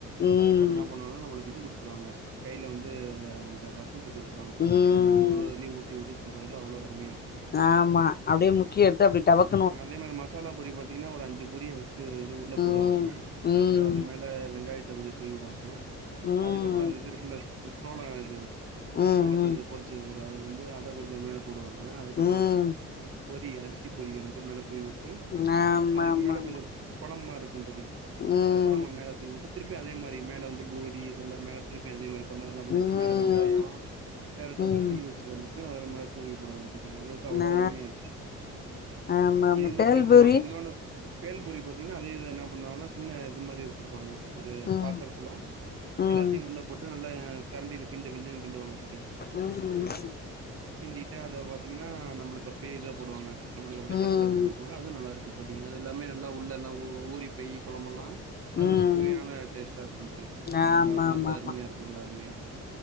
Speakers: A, on the left; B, on the right.
A: ம்
B: அதுக்கப்புற என்னா பண்ணுவாங்கன்னா நம்மளுக்கு இது குடுத்துருவாங்க கைல வந்து அந்த ரசத்த குடுத்துருவாங்க
A: ம்
B: ரச த்த நம்ம ஒவ்வொரு இதுலயு ஊத்தி ஊத்தி சாப்பட்றதுல அவ்ளோ அருமையா தோழி
A: ஆமா அப்டியே முக்கி எடுத்து அப்டியே டபக்
B: ஆ அதே மாரி மசாலா பூரி பாத் தீங்கனா ஒரு அஞ்சு பூரிய ஃபஸ்ட்டு இது உள்ள
A: ம்
B: போடுவாங்க
A: ம்
B: போட்டுட்டு அது மேல வெங்காயத்த கொஞ்ச தூவி விடுவாங்க
A: ம்
B: அதுக்கப்புறோ அந்த இது இருக்கில்ல சோ சோளோ இது
A: ம்
B: சோளத்த இந்த பொரி ச்சதுல அத வந்து அத கொஞ்ச மேல போடுவாங்க
A: ம்
B: அதுக்கப்புறோ
A: ம்
B: பொ பொரி அரிசி பொரிய வந் து மேல தூவி விட்டு
A: ஆமா
B: அதுக்கு
A: ஆமா
B: மேல
A: ஆமா
B: கொஞ்ச கொழம்பு மாரி இருக்கு தோழி
A: ம்
B: அந்த கொழம்ப மேல தூவி விட்டு திருப்பி அதே மாரி மேல வந்து பூரி இதெல்லா மேல திருப்பி அதே மாரி பண்ணதெல்லா பண்ணிட்டு
A: ம்
B: மேல வெங் காயோ கேரட்டு
A: ம்
B: எல்லா சீவி வெச்சத வந்துட்டு அதுல மேல தூவி போடுவாங்க தோழி அது வந்து அவ்ளோ
A: நா
B: அருமையா இருக்கு
A: ஆமா ஆமா
B: இது வந்து
A: பேல்பூரி
B: இப்டி பண்ணுவாங்க இன்னொன்னு பேல்பூரி பாத்தீங்னா அதே இத என்னா பண்ணாங்னா சின்ன இது மாரி வச்சிருப்பாங்க ஒரு
A: ம்
B: பாத்தரத்தில்ல
A: ம்
B: எல்லாத்தையு உள்ள போட்டு நல்ல அ கரண்டில கிண்டு கிண்டு கிண்டு வாங்க தோழி
A: ம் ம்
B: கிண்டிட்டா அத பாத்தீங்னா நம்ளுக்கு அப்டியே இத போடுவாங்க நம்ளுக்கு அப்டியே
A: ம்
B: தட்டுல வச்சி குடுப்பாங்க அது நல்லா இருக்கு தோழி அது எல்லாமே நல்லா உள்ள எல்லா ஊ ஊரி பேய் கொழம்பெல்லா அது
A: ம்
B: ஒரு சுவையான டேஸ்ட்டா இருக்கு தோழி
A: ஆமா
B: ஆனா
A: ஆமா
B: அது அருமையா இருக்குமில அருமையா